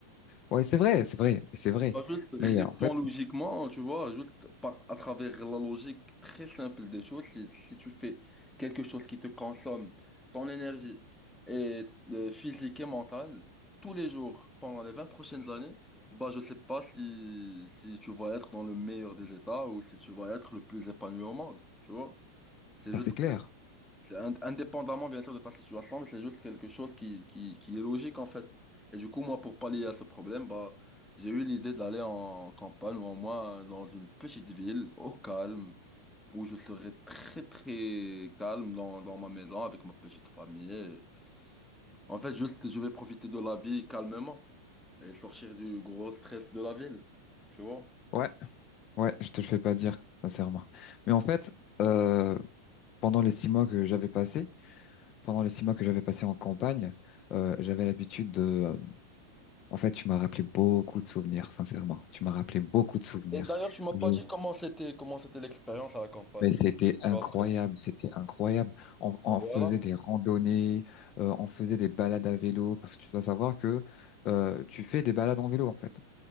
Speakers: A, on the left (about 35°); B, in the centre.
A: Ouais, c'est vrai, c'est vrai, c'est vrai.
B: Bah, Juste réponds
A: Mais euh, en fait,
B: logiquement, tu vois, juste par- à travers la logique très simple des choses, si, si tu fais quelque chose qui te consomme ton énergie et euh, physique et mentale tous les jours pendant les 20 prochaines années, bah je sais pas si, si tu vas être dans le meilleur des états ou si tu vas être le plus épanoui au monde, tu vois. C'est
A: là,
B: juste
A: c'est clair.
B: c'est ind- indépendamment, bien sûr, de ta situation, mais c'est juste quelque chose qui, qui, qui est logique, en fait. Et du coup, moi, pour pallier à ce problème, bah, j'ai eu l'idée d'aller en campagne ou en moins dans une petite ville, au calme, où je serais très, très calme dans, dans ma maison avec ma petite famille. Et En fait, juste, je vais profiter de la vie calmement et sortir du gros stress de la ville, tu vois.
A: Ouais, ouais, je te le fais pas dire, sincèrement. Mais en fait, euh, pendant les six mois que j'avais passés, Pendant les six mois que j'avais passé en campagne, euh, j'avais l'habitude de... euh, en fait, tu m'as rappelé beaucoup de souvenirs, sincèrement. Tu m'as rappelé beaucoup de souvenirs.
B: Et d'ailleurs, tu m'as pas
A: Je-
B: dit comment c'était, comment c'était l'expérience à la campagne.
A: Mais c'était incroyable,
B: Bah, après,
A: c'était incroyable. On, on
B: Voilà.
A: faisait des randonnées, euh, on faisait des balades à vélo, parce que tu dois savoir que euh, tu fais des balades en vélo, en fait.